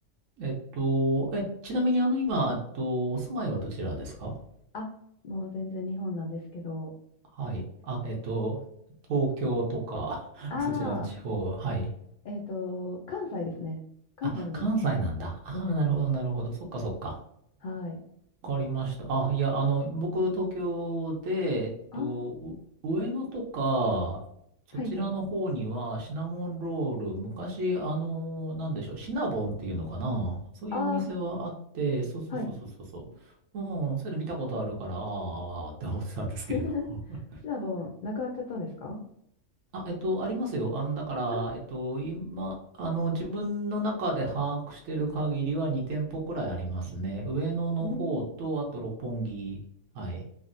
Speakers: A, on the right; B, on the left.
A: う。えっと、え、ちなみにあの、今、えっと、お住まいはどちらですか
B: あ、もう全然日本なんですけど、
A: はい。あ、えっと、東京とか、<laughs>
B: ああ、
A: そちらの地方は、はい。
B: えっと、関西ですね。関西に
A: あ、関西なんだ。ああ、
B: 住んでます。
A: なるほど、なるほど。そっか、そっか。
B: はい。
A: わかりました。あ、いや、あの、僕、東京で、えっと、
B: ああ、
A: う上野とか、そちらの方には、
B: はいはい。
A: シナモンロール、昔、あの、なんでしょう、シナボンっていうのかなそういうお店はあって、
B: ああ、
A: そうそうそうそうそうそう。
B: はい。
A: うん、それいうの見たことあるから、あーあー、って思ってたんですけれども。
B: <laughs>
A: <laughs>
B: シナボン、なくなっちゃったんですか
A: あ、えっと、ありますよ。あの、だから、
B: ああ、
A: えっと、今、あの、自分の中で把握してる限りは2店舗くらいありますね。上野の方と、
B: うん。
A: あと六本木。はい。